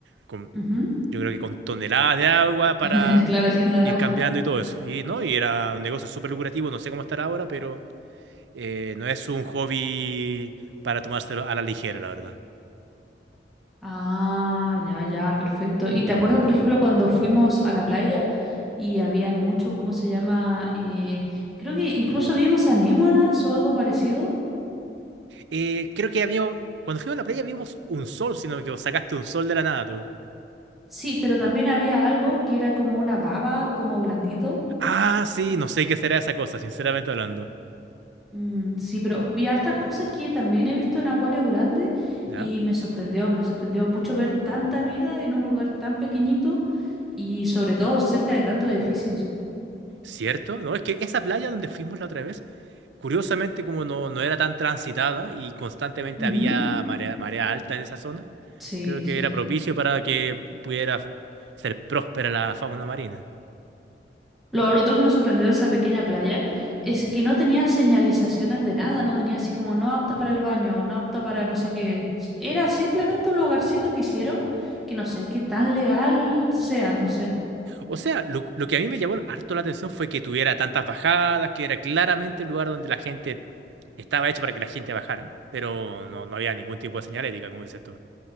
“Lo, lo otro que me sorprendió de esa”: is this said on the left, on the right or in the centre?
Centre